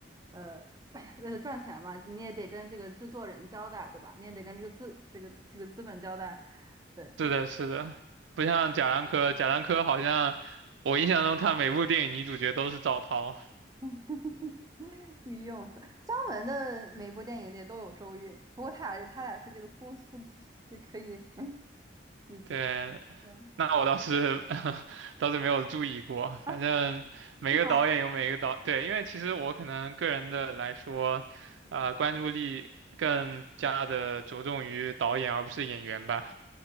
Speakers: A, on the right; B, on the right.
A: 呃，<clears throat> 为了赚钱嘛，你也得跟这个制作人交代，对吧？你也得跟这个资这个这个资本交代，对。
B: 是的，是的，不像贾樟柯，贾樟柯好像我印象中他每部电影女主角都是赵涛。
A: <laughs> 御用是姜文的每部电影里都有周韵，不过他俩他俩是这个夫夫妻，也可以 <laughs> 理解。
B: 对，
A: 对
B: 那我倒是 <laughs> 倒是没有注意过，
A: 啊，
B: 反正每个导演有每个导，
A: 是吗？
B: 对，因为其实我可能个人的来说，啊、关注力更加的着重于导演而不是演员吧。